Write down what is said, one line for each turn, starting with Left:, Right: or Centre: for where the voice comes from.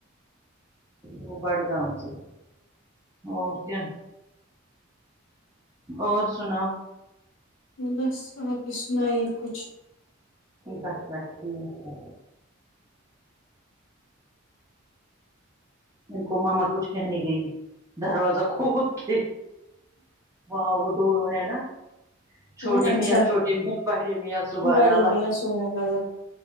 Right: وہ بڑگاؤں سے اور کیا اور سناو
Left: بس آپ ہی سنائیے کچھ
Right: بس ن ٹھیک ہے ان کو ماما کچھ کہنی گئی دروازہ کھود کے وہاں وہ دونوں ہے نا چھوٹی
Left: ہ اچھا
Right: میا چھوٹی میا بڑے میا سبحان
Left: بڑے
Right: آللہ
Left: میں سبحان اللہ